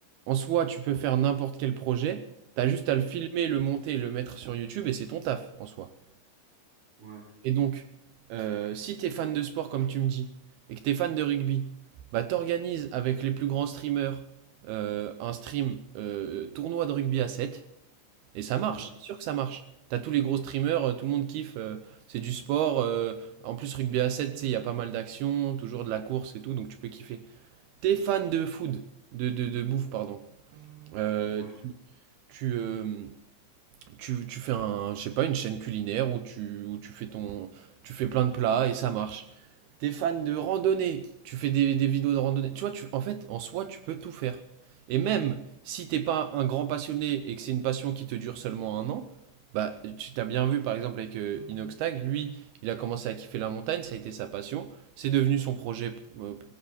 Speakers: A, on the right; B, on the right.
A: en soi, tu peux faire n'importe quel projet, t'as juste à le filmer, le monter, le mettre sur YouTube et c'est ton taf en soi.
B: Ouais,
A: Et donc, euh, si t'es fan de sport comme tu me dis, et que t'es fan de rugby, bah t'organises avec les plus grands streamers euh, un stream euh, tournoi de rugby à 7 et ça marche,
B: ouais,
A: c'est sûr que ça marche. T'as tous les gros streamers, euh, tout le monde kiffe, euh, c'est du sport, euh, en plus rugby à 7, tu sais, il y a pas mal d'actions, toujours de la course et tout, donc tu peux kiffer. T'es fan de food, de, de, de bouffe, pardon. Euh,
B: ouais.
A: tu, tu, euh, tu- tu fais un, je sais pas, une chaîne culinaire où tu, où tu fais ton, tu fais plein de plats et ça marche. T'es fan de randonnée, tu fais des, des vidéos de randonnée. Tu vois, tu, en fait, en soi, tu peux tout faire. Et même si t'es pas un grand passionné et que c'est une passion qui te dure seulement un an, bah, tu t'as bien vu, par exemple, avec euh, Inoxtag, lui, il a commencé à kiffer la montagne, ça a été sa passion, c'est devenu son projet euh,